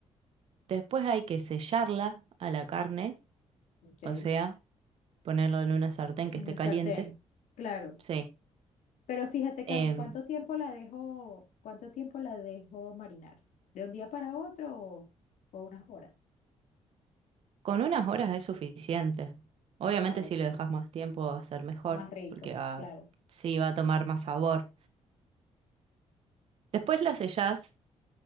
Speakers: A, on the right; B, on the left.
A: después hay que sellarla a la carne,
B: Ok. En
A: o sea, ponerlo en una sartén que
B: el
A: esté caliente.
B: sartén. Claro.
A: Sí.
B: Pero fíjate, Cami,
A: Em,
B: ¿cuánto tiempo la dejo, cuánto tiempo la dejo marinar? ¿De un día para otro o, o unas horas?
A: Con unas horas es suficiente. Obviamente
B: Ah, buenísimo.
A: si lo dejas más tiempo va a ser mejor,
B: Más rico,
A: porque va,
B: claro.
A: sí va a tomar más sabor. Después la sellás,